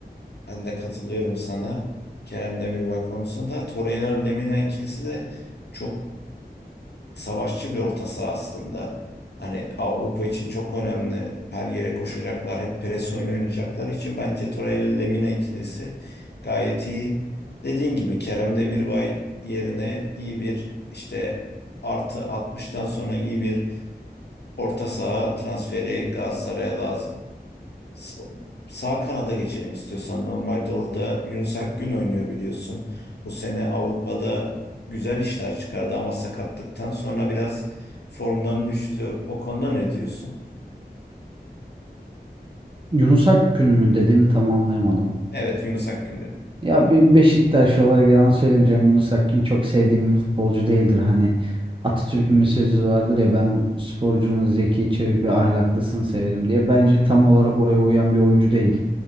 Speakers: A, on the left; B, on the right.
A: Ben de katılıyorum sana. Kerem Demirbay konusunda. Torreira-Lemina ikilisi de çok savaşçı bir orta saha aslında. Hani Avrupa için çok önemli. Her yere koşacaklar. Hep pres oyunu oynayacakları için bence Torreira-Lemina ikilisi gayet iyi. Dediğin gibi Kerem Demirbay yerine iyi bir işte artı 60'tan sonra iyi bir orta saha transferi Galatasaray'a lazım. Sa- Sağ kanada geçelim istiyorsan. Normalde orada Yunus Akgün oynuyor biliyorsun. Bu sene Avrupa'da güzel işler çıkardı ama sakatlıktan sonra biraz formdan düştü. O konuda ne diyorsun?
B: Yunus Akgün mü dediğini tam anlayamadım.
A: Evet Yunus Akgün dedim.
B: Ya bir Beşiktaşlı olarak yalan söylemeyeceğim. Yunus Akgün çok sevdiğim bir futbolcu değildir. Hani Atatürk'ün bir sözü vardır ya ben sporcunun zeki, çevik ve ahlaklısını severim diye. Bence tam olarak oraya uyan bir oyuncu değil.